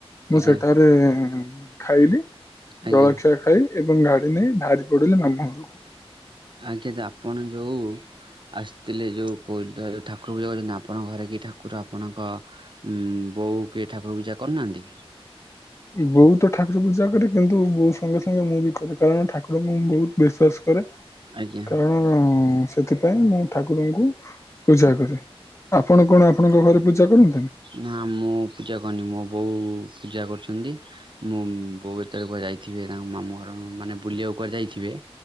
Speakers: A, on the left; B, on the right.
A: ମୁଁ
B: ଆଜ୍ଞା।
A: ସେଠାରେ-ଏ-ଏ ଖାଇଲି
B: ଆଜ୍ଞା
A: ଜଳଖିଆ ଖାଇ ଏବଂ ଗାଡି ନେଇ ବାହାରି ପଡିଲେ ମାମୁଁ ଘରକୁ।
B: ଆଜ୍ଞା ଯେ ଆପଣ ଯେଉଁ ଆସିଥିଲେ ଯେଉଁ <unintelligible> ଠାକୁର ପୂଜା କରିବା ଆପଣଙ୍କ ଘରେ କି ଠାକୁର ଆପଣଙ୍କ ଉ-ଉ-ଉ ବୋଉ କିଏ ଠାକୁର ପୂଜା କରୁନାହାଁନ୍ତି?
A: ବୋଉ ତ ଠାକୁର ପୂଜା କରେ କିନ୍ତୁ ବୋଉ ସଙ୍ଗେ ସଙ୍ଗେ ମୁଁ ବି କରେ। କାରଣ ଠାକୁରଙ୍କୁ ମୁଁ ବହୁତ ବିଶ୍ଵାସ କରେ
B: ଆଜ୍ଞା
A: କାରଣ-ଅ-ଅ-ଅ ସେ ସେଥିପାଇଁ ମୁଁ ଠାକୁରଙ୍କୁ ପୂଜା କରେ। ଆପଣ କଣ ଆପଣଙ୍କ ଘରେ ପୂଜା କରନ୍ତିନି?
B: ନାଁ ମୁଁ ପୂଜା କରୁନି ମୋ ବୋଉ-ଉ-ଉ-ଉ ପୂଜା କରୁଛନ୍ତି। ମୁଁ ବୋଉ ଯେତେବେଳେ କୁଆଡ଼େ ଯାଇଥିବେ ତାଙ୍କ ମାମୁଁ ଘର ମାନେ ବୁଲିବାକୁ କୁଆଡ଼େ ଯାଇଥିବେ